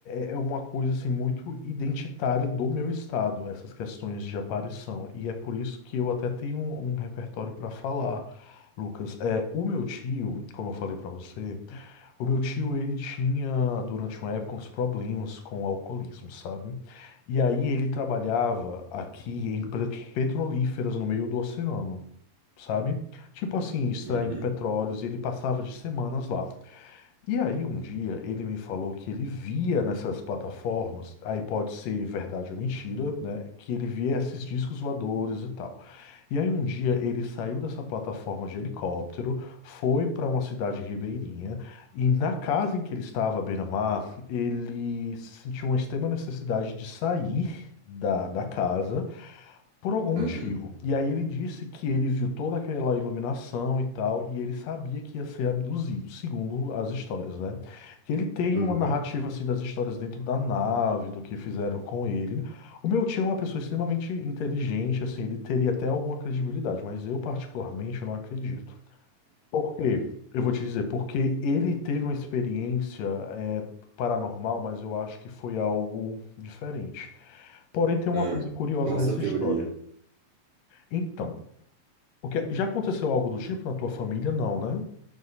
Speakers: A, on the left (about 70°); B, on the right (about 65°).
A: é, é é uma coisa assim muito identitária do meu estado, essas questões de aparição. E é por isso que eu até tenho um, um repertório para falar, Lucas. É, o meu tio, como eu falei para você, o meu tio ele tinha durante uma época uns problemas com o alcoolismo, sabe? E aí ele trabalhava aqui em pre- petrolíferas no meio do oceano, sabe? Tipo assim, extraindo
B: Uhum,
A: petróleos, e ele passava de semanas lá. E aí, um dia, ele me falou que ele via nessas plataformas, aí pode ser verdade ou mentira, né? Que ele via esses discos voadores e tal. E aí, um dia, ele saiu dessa plataforma de helicóptero, foi para uma cidade ribeirinha, e na casa em que ele estava, à beira-mar, ele sentiu uma extrema necessidade de sair da, da casa por algum motivo.
B: aham,
A: E aí ele disse que ele viu toda aquela iluminação e tal, e ele sabia que ia ser abduzido, segundo as histórias, né? Que ele tem
B: aham.
A: uma narrativa assim das histórias dentro da nave, do que fizeram com ele. O meu tio é uma pessoa extremamente inteligente, assim, ele teria até alguma credibilidade, mas eu particularmente não acredito. Por quê? Eu vou te dizer, porque ele teve uma experiência é, paranormal, mas eu acho que foi algo diferente. Porém, tem uma
B: Ah,
A: coisa curiosa
B: qual
A: nessa
B: essa teoria?
A: história. Então, porque já aconteceu algo do tipo na tua família? Não, né?